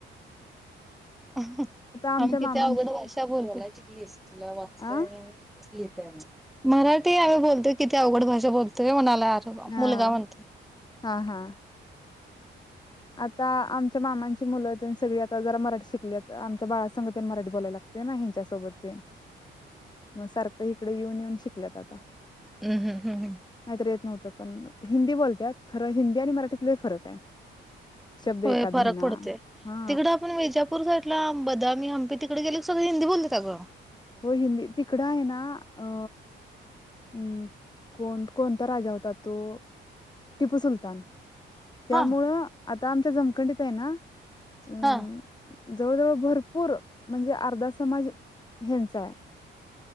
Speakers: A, in the centre; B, on the left.
A: <unintelligible>
B: आमच्या
A: आम्ही
B: मामांची
A: किती अवघड भाषा बोलायला शिकलीस तुला <unintelligible>
B: आ
A: <unintelligible> मराठी आम्ही बोलतोय किती अवघड भाषा बोलतोय म्हणाल काय आजोबा
B: हा
A: मुलगा म्हणते.
B: हा हा आता आमच्या मामांची मुलं तेन सगळी जरा मराठी शिकली आमच्या बाळा संग तर तर मराठी बोलायला लागते ना, ह्यांच्या सोबत ते मग सारखं इकडे येऊन येऊन शिकल्यात आता.
A: हम् हम् हम्म
B: नाहीतर येत नव्हतं पण हिंदी बोलत्यात खरं हिंदी आणि मराठीत लई फरक आहे. शब्द एकाद
A: होय फरक
B: म्हणा
A: पडतोय
B: हा
A: तिकड आपण विजा नागपूर साईडला बदामी हंपी तिकडे गेल सगळे हिंदी बोलत्यात अगं!
B: हो हिंदी तिकडं आहे ना अ हम् कोण? कोणता? राजा होता तो टिपू सुलतान. त्यामुळं
A: हा
B: आता आमच्या जमखंडीत आहे ना अं
A: हा
B: जवळ जवळ भरपूर म्हणजे अर्धा समाज ह्यांचा आहे